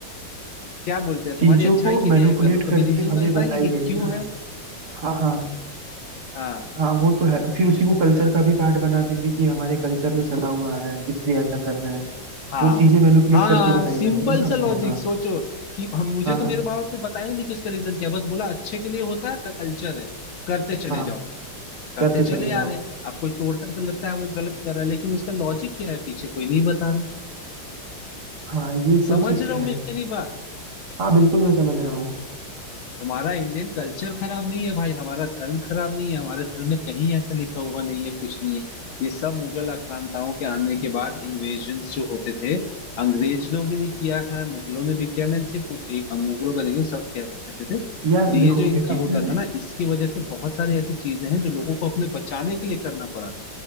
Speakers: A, on the left; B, on the right.
A: क्या बोलते हैं
B: चीजों
A: तुम्हारी अच्छाई
B: को
A: के
B: मैनिपुलेट
A: लिए है कर लो कभी
B: करके
A: रीजन
B: हमें
A: तो बताएंगे
B: बताई
A: कि
B: गई
A: क्यों
B: ना
A: है
B: हाँ हाँ
A: हाँ
B: हाँ वो तो है फिर उसी को कल्चर का भी पार्ट बना देंगे कि ये हमारे कल्चर में चला हुआ आ रहा है इसलिए ऐसा करना है
A: हाँ
B: वो चीजें मैनिपुलेट
A: हाँ
B: करके बताई
A: सिंपल
B: जाती है ना
A: सा
B: हमको
A: लॉजिक
B: हाँ
A: सोचो कि हम मुझे
B: हाँ
A: तो
B: हाँ
A: मेरे माँ बाप ने बताया ही नहीं कि उसका रीजन क्या है, बस बोला अच्छे के लिए होता है कल्चर है करते चले
B: हाँ
A: जाओ करते
B: करते
A: चले
B: चले जाओ
A: आ रहे हैं अब कोई तोड़ता है तो लगता है वो गलत कर रहा है लेकिन उसका लॉजिक क्या है पीछे कोई नहीं बता रहा
B: हाँ ये तो
A: समझ
B: चीज
A: रहे हो
B: है
A: मेरी बात
B: हाँ बिल्कुल मैं समझ रहा हूँ
A: हमारा इंडियन कल्चर खराब नहीं है भाई हमारा धर्म खराब नहीं है हमारे धर्म में कहीं ऐसा लिखा हुआ नहीं है कुछ नहीं है ये सब मुगल आक्रांताओं के आने के बाद इन्वेजन जो होते थे अंग्रेजों भी नहीं किया है मुगलों ने भी किया मैं सिर्फ एक मुगलों का नहीं हूँ, सब कहते थे तो
B: यार
A: ये
B: देखो
A: जो इनका
B: लेकिन
A: होता था ना इसकी वजह से बहुत सारी ऐसी चीजें हैं जो लोगों को अपने बचाने के लिए करना पड़ा